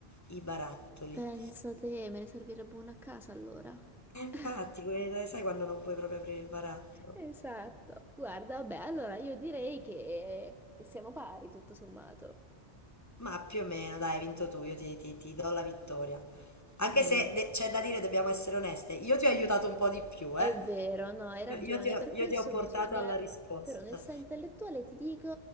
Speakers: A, on the left; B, in the centre.
A: i barattoli.
B: Pensa te, me ne servirebbe una a casa allora.
A: E infatti,
B: <laughs>
A: que- sai quando non puoi proprio aprire il baratto?
B: Esatto. Guarda, vabbè, allora io direi che, che siamo pari, tutto sommato.
A: Ma più o meno, dai, hai vinto tu, io ti, ti- ti do la vittoria. Anche
B: Mm.
A: se de- c'è da dire, dobbiamo essere oneste, io ti ho aiutato un po' di più,
B: È
A: eh?
B: vero, no, hai ragione.
A: Io, io ti ho,
B: Per
A: io
B: questo
A: ti ho portato
B: bisogna,
A: alla risposta.
B: per onestà intellettuale, ti dico,